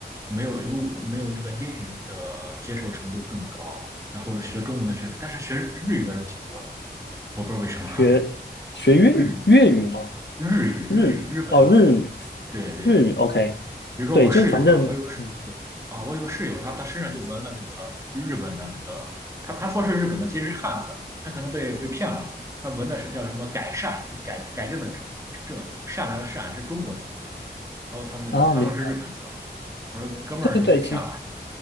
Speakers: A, on the right; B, on the left.
A: 没有如没有那个英语的接受程度更高，然后学中文的确实，但是学日语的人挺多的，我不知道为什么。
B: 学学粤语粤语吗？
A: <laughs> 日语、日语、
B: 日语哦，
A: 日语、日本语，
B: 日语
A: 对对，
B: 日语 OK，
A: 比如说我室友吧，
B: 对，就反正嗯
A: 我有个室对啊，我有个室友，他他身上就纹了那个日本的那个，他他说是日本的，其实是汉字，他可能被被骗了，他纹的是叫什么改善，就改改正的正正善良的善是中国字，然后他那个他说是日本字，
B: 啊，明白。
A: 我说哥们儿你被骗了，
B: 对对对，其实。